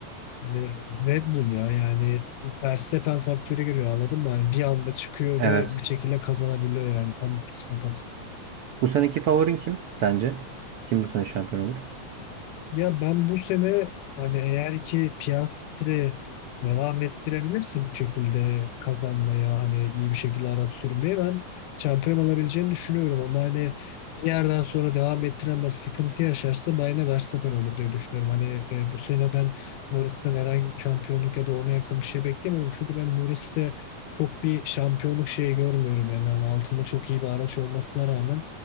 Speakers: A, on the left; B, on the right.
A: hani hani Red Bull ya yani Verstappen faktörü giriyor anladın mı? Hani bir anda çıkıyor
B: Evet.
A: ve bir şekilde kazanabiliyor yani tam psikopat.
B: Bu seneki favorin kim sence? Kim bu sene şampiyon olur?
A: Ya ben bu sene hani eğer ki Piastri'yi devam ettirebilirsin bu şekilde kazanmaya hani iyi bir şekilde araç sürmeye ben şampiyon olabileceğini düşünüyorum ama hani bir yerden sonra devam ettiremez sıkıntı yaşarsa ben yine Verstappen olur diye düşünüyorum. Hani e, bu sene ben Norris'ten herhangi bir şampiyonluk ya da ona yakın bir şey beklemiyorum. Çünkü ben Norris'te çok bir şampiyonluk şeyi görmüyorum yani. Yani altında çok iyi bir araç olmasına rağmen